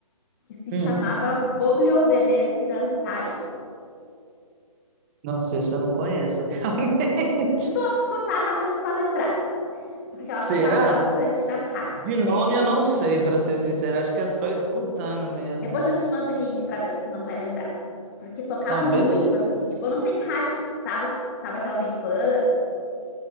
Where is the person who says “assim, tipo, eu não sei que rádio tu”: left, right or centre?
Left